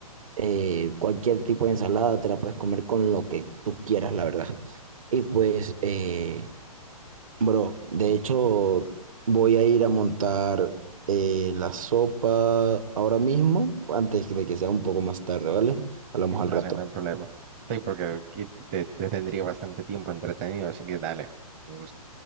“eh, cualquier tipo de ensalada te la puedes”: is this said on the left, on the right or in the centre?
Right